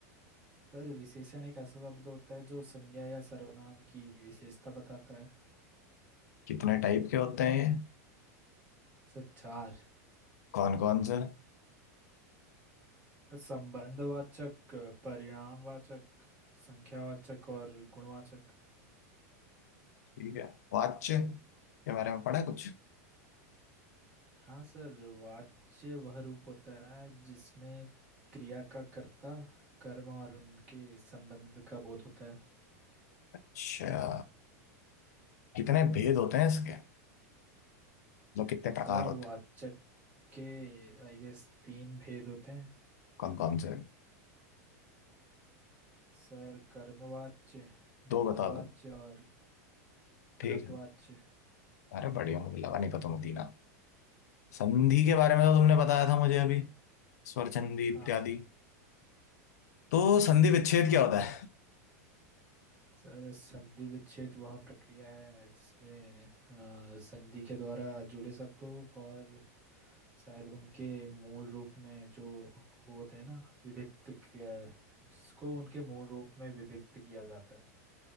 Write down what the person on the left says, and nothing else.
कितने टाइप के होते हैं ये
कौन कौन से
ठीक है वाच्य के बारे में पढ़ा है कुछ
अच्छा कितने भेद होते हैं इसके मतलब कितने
प्रकार होते
हैं
कौन कौन से
दो बता दो
ठीक
है अरे बढ़िया मुझे लगा नहीं पता मुदीना संधि के बारे में तो तुमने बताया था मुझे अभी स्वरचंदी
इत्यादि
तो
संधि
विच्छेद क्या होता है